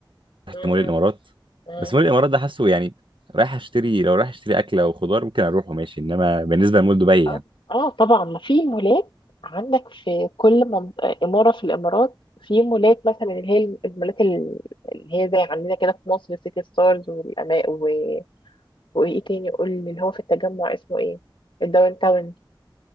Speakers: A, on the right; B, on the left.
A: رحت
B: مم.
A: مول الامارات
B: مم.
A: بس مول الامارات ده حاسه يعني رايح اشتري لو رايح اشتري اكل او خضار ممكن اروح وماشي انما بالنسبه لمول دبي
B: اه
A: يعني
B: آه، طبعا ما في مولات عندك في كل منط... آه، اماره في الامارات في مولات مثلا اللي هي المولات ال- اللي هي زي عندنا كده في مصر سيتي ستارز والأما و... وايه تاني قول لي اللي هو في التجمع اسمه ايه الداون تاون